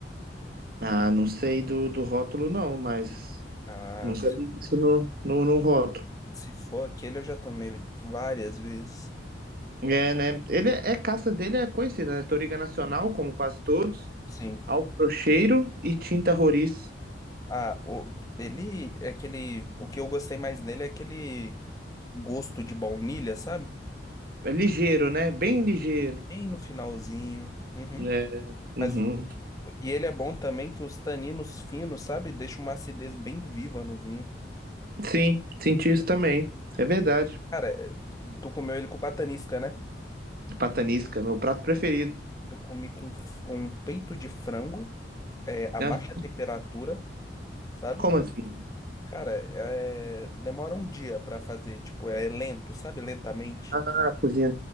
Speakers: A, on the right (about 55°); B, on the left (about 20°).
A: Ah, não sei do, do rótulo não, mas.
B: Ah,
A: Nunca li isso no, no, no rótulo.
B: se for aquele, eu já tomei várias vezes.
A: É, né? Ele é, é casta dele é conhecida, né? Toriga Nacional, como quase todos.
B: Sim.
A: Alfrocheiro e Tinta Roriz.
B: Ah, o, ele é aquele. O que eu gostei mais nele é aquele gosto de baunilha, sabe?
A: É ligeiro, né? Bem ligeiro.
B: Bem no finalzinho. Uhum.
A: É. Uhum.
B: Mas, o- e ele é bom também que os taninos finos, sabe? Deixa uma acidez bem viva no vinho.
A: Sim, senti isso também. É verdade.
B: Cara, é, tu comeu ele com patanisca, né?
A: Patanisca, meu prato preferido.
B: Eu comi com f- um peito de frango, é, a
A: Ah,
B: baixa temperatura, sabe?
A: como assim?
B: Cara, é- demora um dia pra fazer, tipo, é lento, sabe? Lentamente.
A: Ah, cozinha.